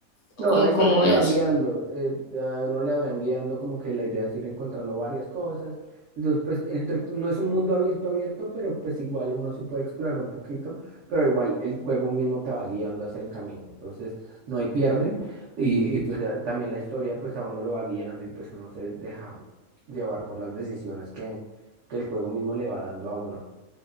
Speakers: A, on the left; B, on the right.
A: o
B: No, la historia
A: como
B: te
A: es.
B: va guiando, eh, a uno le van guiando como que la idea es ir encontrando varias cosas. Entonces, pues entre- no es un mundo abierto, abierto, pero pues igual uno sí puede explorar un poquito, pero igual el juego mismo te va guiando hacia el camino. Entonces, no hay pierde y, y, pues ya también la historia pues a uno lo va guiando y pues uno se deja llevar por las decisiones que, que el juego mismo le va dando a uno.